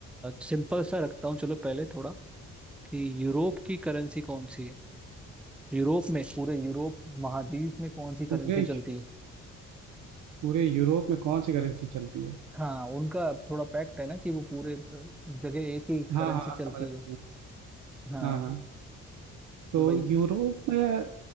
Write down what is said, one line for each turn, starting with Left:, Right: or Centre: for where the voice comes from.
Centre: सिंपल सा रखता हूँ चलो पहले थोड़ा कि यूरोप की करेंसी कौन सी है यूरोप में पूरे यूरोप महाद्वीप में कौन सी करेंसी
Right: पूरे
Centre: चलती है
Right: पूरे यूरोप में कौन सी करेंसी चलती है
Centre: हाँ उनका थोड़ा पैक्ट है ना कि वो पूरे जगह एक ही
Right: हाँ
Centre: करेंसी
Right: हाँ हाँ,
Centre: चलती
Right: समझ रहा हूँ
Centre: है
Right: समझ
Centre: हाँ
Right: रहा हूँ। हाँ हाँ तो
Centre: तो भाई
Right: यूरोप में